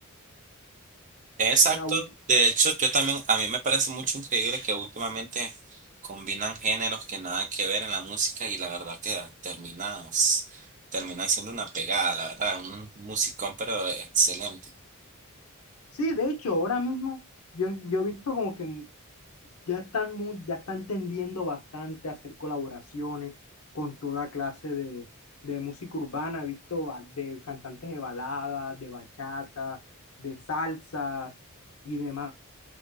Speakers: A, on the right; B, on the left.
A: Exacto.
B: Ya ulti-
A: De hecho, yo también, a mí me parece mucho increíble que últimamente combinan géneros que nada que ver en la música y la verdad que terminas, terminan siendo una pegada, la verdad, un musicón pero excelente.
B: sí, de hecho, ahora mismo yo, yo he visto como que Ya están, muy, ya están tendiendo bastante a hacer colaboraciones con toda clase de, de música urbana, he visto ba- de cantantes de baladas, de bachata, de salsas y demás.